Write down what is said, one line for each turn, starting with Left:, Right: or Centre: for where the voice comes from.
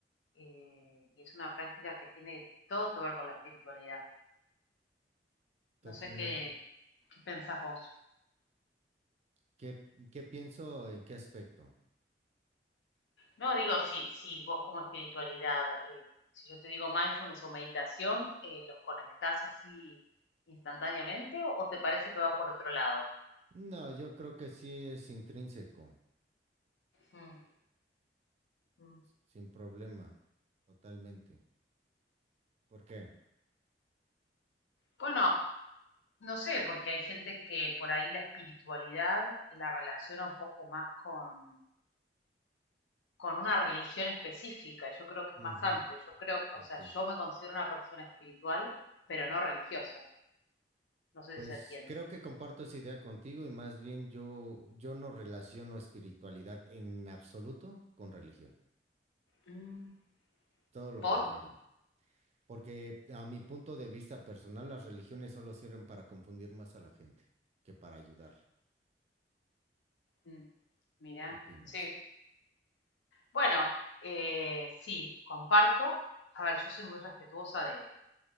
Left: eh, y es una práctica que tiene todo que ver con la espiritualidad.
Right: totalmente.
Left: No sé qué, qué pensás vos.
Right: ¿Qué, qué pienso en qué aspecto?
Left: No, digo, si, si vos como espiritualidad, eh, si yo te digo mindfulness o meditación, eh, ¿los conectás así instantáneamente o, o te parece que va por otro lado?
Right: No, yo creo que sí es intrínseco,
Left: Mm, mm.
Right: sin problema, totalmente. ¿Por qué?
Left: Bueno, no sé, porque hay gente que por ahí la espiritualidad la relaciona un poco más con, con una religión específica. Yo creo que es
Right: Ujú,
Left: más amplio. Yo creo,
Right: ok.
Left: o sea, yo me considero una persona espiritual, pero no religiosa. No sé
Right: Pues
Left: si se entiende.
Right: creo que comparto esa idea contigo y más bien yo, yo no relaciono espiritualidad en absoluto con religión,
Left: Mm,
Right: todo lo
Left: ¿Por?
Right: contrario. Porque a mi punto de vista personal, las religiones solo sirven para confundir más a la gente que para ayudarla.
Left: Mm, Mira,
Right: ¿Qué opinas?
Left: sí, Bueno, eh, sí, comparto. A ver, yo soy muy respetuosa de,